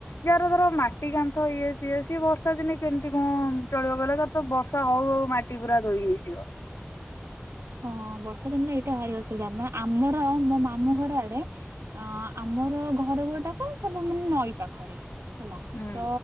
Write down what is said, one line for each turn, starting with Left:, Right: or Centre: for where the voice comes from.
Left: ଯାହାର ଧର ମା ଟି କାନ୍ଥ ଇଏ ସିଏ ସିଏ ବର୍ଷା ଦିନେ କେମିତି କଣ ଚଳିବ କହିଲ? <unintelligible> ତ ବର୍ଷା ହଉ ହଉ ମାଟି ପୁରା ଧୋଇ ହେଇଯିବ।
Right: ହଁ ବର୍ଷା ଦିନରେ ଏଇଟା ଭାରି ଅସୁବିଧା। ମାନେ ଆମର ମୋ ମାମୁଁ ଘର ଆଡେ ଅଁ ଆମର ଘର ଗୋଡାକ ସବୁ ମାନେ ନଈ ପାଖରେ। ହେଲା
Left: ହୁଁ
Right: ତ